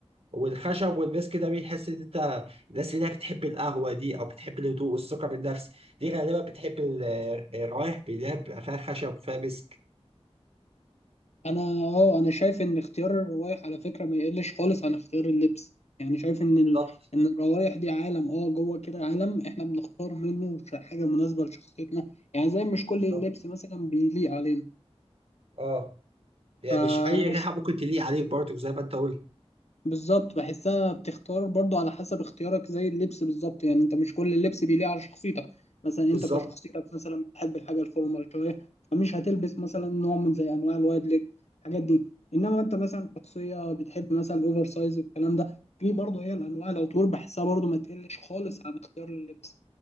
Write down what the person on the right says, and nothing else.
والخشب والمسك ده بيحس إن أنت الناس اللي هي بتحب القهوة دي أو بتحب الهدوء والثقة بالنفس دي غالبا بتحب ال- الروايح اللي هي بتبقى فيها خشب وفيها مسك
بالظبط
بالظبط
اه يعني
مش اي ريحه ممكن تليق عليك برضه زي ما انت قلت
بالظبط